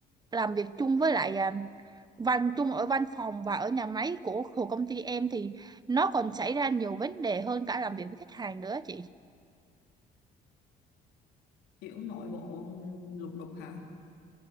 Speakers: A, on the right (about 25°); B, on the left (about 85°).
A: làm việc chung với lại à, văn chung ở văn phòng và ở nhà máy của, của công ty em thì nó còn xảy ra nhiều vấn đề hơn cả làm việc với khách hàng nữa chị.
B: kiểu nội bộ lục đục hả